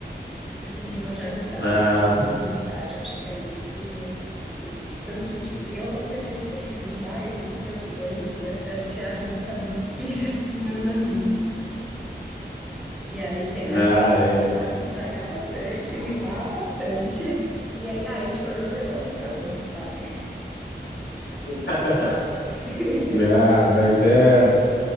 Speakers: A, in the centre; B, on the left.
A: esse nível de amizade,
B: Ah,
A: de proximidade. Eu acho que é muito. Tanto que eu não pretendo ter filhos, mas um dos meus sonhos, assim, é ser a tia rica dos <laughs> filhos dos meus amigos. E aí pegar
B: ah,
A: a criança,
B: é.
A: estragar bastante, mimar bastante, e aí, ai, chorou, devolve pra mãe, sabe?
B: <laughs>
A: <laughs>
B: Ah, mas é,